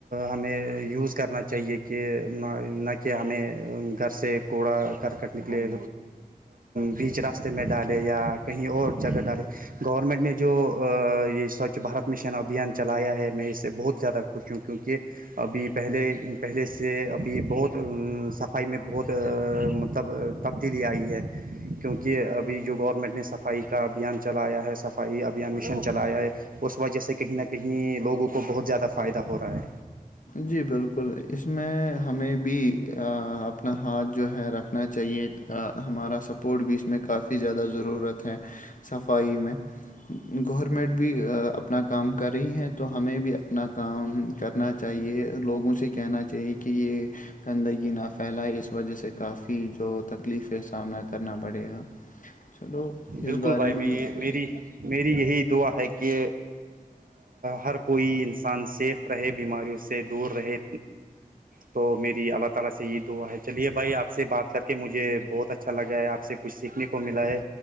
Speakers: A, on the right; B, on the left.
A: ہمیں یوز کرنا چاہیے کہ نہ کہ ہمیں گھر سے کوڑا کرکٹ نکلے بیچ راستے میں ڈالے یا کہیں اور جگہ ڈالے گورنمنٹ نے جو یہ سوچھ بھارت مشن ابھیان چلایا ہے میں اس سے بہت زیادہ خوش ہوں کیونکہ ابھی پہلے پہلے سے ابھی بہت سب صفائی میں بہت مطلب تبدیلی آئی ہے کیونکہ ابھی جو گورنمنٹ نے صف صفائی کا ابھیان چلایا ہے صفائی ابھیان مشن چلایا ہے اس وجہ سے کہیں نہ کہیں لوگوں کو بہت زیادہ فائدہ ہو رہا ہے
B: جی بالکل اس میں ہمیں بھی اپنا ہاتھ جو ہے رکھنا چاہیے ہمارا سپورٹ بھی اس میں کافی زیادہ ضرورت ہے صفائی میں گورنمنٹ بھی اپنا کام کر رہی ہیں تو ہمیں بھی اپنا کام کرنا چاہیے لوگوں سے کہنا چاہیے کہ یہ گندگی نف پھیلائی اس وجہ سے کافی جو تکلیف کے سامنا کرنا پڑے گا چلو
A: بالکل
B: اس بارے
A: بھائی
B: میں مجھ پ
A: میری میری یہی دعا ہے کہ ہر کوئی انسان سیف رہے بیماریوں سے دور رہے تو میری اللہ تعالی سے یہ دعا ہے چلیے بھائی آپ سے بات کر کے مجھے بہت اچھا اچھا لگا ہے آپ سے کچھ سیکھنے کو ملا ہے